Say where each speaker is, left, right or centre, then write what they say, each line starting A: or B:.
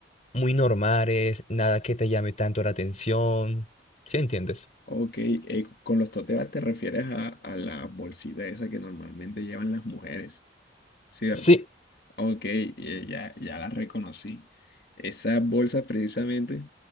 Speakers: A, on the left; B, on the left.
A: muy normales, nada que te llame tanto la atención. ¿Sí entiendes?
B: ok, eh, con los tote bags te refieres a, a la bolsita esa que normalmente llevan las mujeres. ¿cierto?
A: Sí,
B: Ok, eh, ya, ya las reconocí. Esas bolsas precisamente,